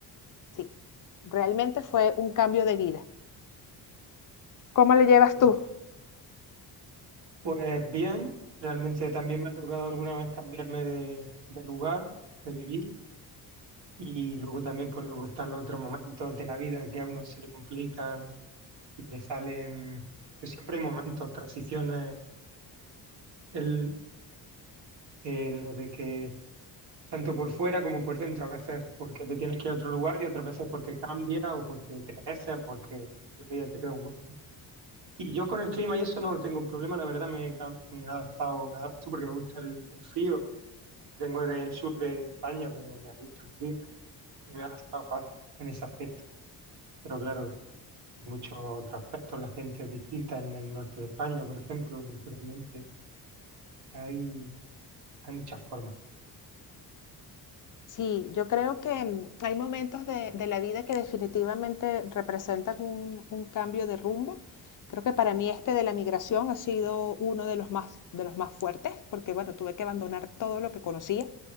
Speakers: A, on the left; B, on the right.
A: Sí, realmente fue un cambio de vida. ¿Cómo le llevas
B: Claro.
A: tú?
B: Pues bien, realmente también me ha tocado alguna vez cambiarme de, de lugar, de vivir, y luego también, pues luego están los otros momentos de la vida que a uno se le complican y le salen. pues siempre hay momentos, transiciones. El, en lo de que tanto por fuera como por dentro, a veces porque te tienes que ir a otro lugar y otras veces porque cambia o porque creces o porque la vida te pega un golpe. Y yo con el clima y eso no tengo problema, la verdad me, he cam- me he adaptado, me adapto porque me gusta el, el frío. Vengo del sur de España, pero me gusta el frío y me ha adaptado fácil en ese aspecto. Pero claro, en muchos otros aspectos la gente es distinta en el norte de España, por ejemplo, culturalmente. Hay, hay muchas formas,
A: Sí, yo creo que mm, hay momentos de, de la vida que definitivamente representan un, un cambio de rumbo. Creo que para mí este de la migración ha sido uno de los más, de los más fuertes, porque bueno, tuve que abandonar todo lo que conocía